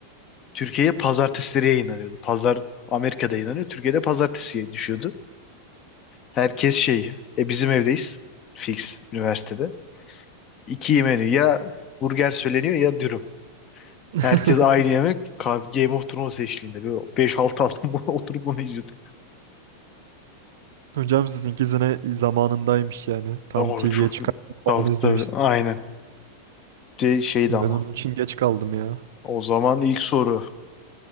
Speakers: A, on the left; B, on the right.
A: Türkiye'ye pazartesileri yayınlanıyordu. Pazar Amerika'da yayınlanıyor. Türkiye'de pazartesiye düşüyordu. Herkes şey, e bizim evdeyiz. Fix üniversitede. İki menü ya burger söyleniyor ya dürüm.
B: <laughs>
A: Herkes aynı yemek. Ka- Game of Thrones eşliğinde. Böyle 5-6 adam <laughs> oturup bunu izliyorduk.
B: Hocam sizinkisine zamanındaymış yani. Tam
A: Oh,
B: TV'ye
A: çok...
B: çıkarken
A: Tabii
B: falan izlemiştim.
A: tabii aynen. De, şeydi
B: Ben
A: ama.
B: onun için geç kaldım ya.
A: O zaman ilk soru.